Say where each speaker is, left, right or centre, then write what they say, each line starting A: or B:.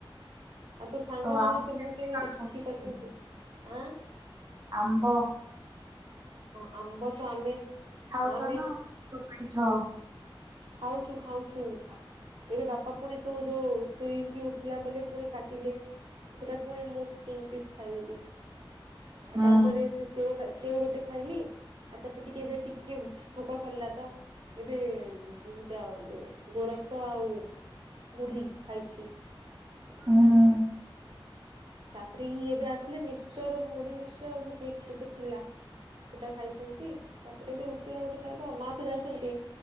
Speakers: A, on the right; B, on the right.
A: ଆଉ ତୋ ସାଙ୍ଗମାନେ
B: ଆମ
A: ସବୁ କେମିତି
B: କଣ କରୁଛନ୍ତି?
A: ଠିକ ଅଛନ୍ତି ଆଁ।
B: ଆମ୍ବ।
A: ହଁ ଆମ୍ବ ତ ଆମେ
B: ଖାଉଚ
A: ଆମେ
B: ନା ତୁ ପାଇଁ ଛ।
A: ଖାଉଚୁ ଖାଉଛୁ। ଏବେ ବାପା ପୁଣି ସୋ ଯୋଉ ଶୋଇକି ଉଠିଲା ବେଲେ ପୁଣି କାଟିଲେ। ସେଟା ପୁଣି ମୁଁ ତିନି ପିସ୍ ଖାଇଦେଲି।
B: ହୁଁ
A: ଆଉ ତାପରେ ସେ ସେଓଟା ସେଓ ଗୋଟେ ଖାଇଲି। ଆ ତାପରେ ଟିକିଏ ଏବେ ଟିକିଏ ଭୋକ କଲା ତ ଏବେ ତିନିଟା ଆଉ ଯୋଉ ଗୋରସ ଆଉ ମୁଢି ଖାଇଛି।
B: ହୁଁ
A: ତାପରେ ଇ ଏବେ ଆସିଲେ ମିଶ୍ଚର ମୁଢି ମିଶ୍ଚର ଆଉ ଯୋଉ କେକ୍ ଗୋଟେ ଥିଲା। ସେଟା ଖାଇଛନ୍ତି ତାପରେ ଏବେ ରୁଟି ଆଉ ଗୋଟେ ଖାଇବ ମା ତ ଯାଇଛନ୍ତି।